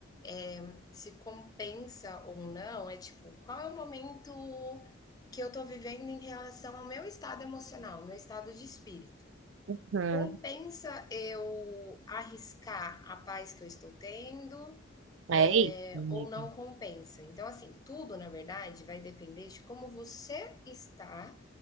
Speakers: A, on the left; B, on the right.
A: É, se compensa ou não, é tipo, qual é o momento que eu tô vivendo em relação ao meu estado emocional, meu estado de espírito?
B: Uhum.
A: Compensa eu arriscar a paz que eu estou tendo?
B: É
A: é,
B: isso, amiga.
A: ou não compensa. Então, assim, tudo, na verdade, vai depender de como você está